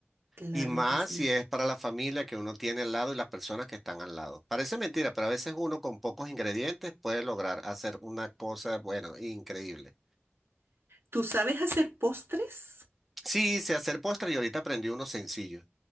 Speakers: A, on the right (about 65°); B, in the centre.
A: claro
B: Y más
A: que sí.
B: si es para la familia que uno tiene al lado y las personas que están al lado. Parece mentira, pero a veces uno con pocos ingredientes puede lograr hacer una cosa, bueno, increíble.
A: ¿Tú sabes hacer postres?
B: Sí, sé hacer postre y ahorita aprendí uno sencillo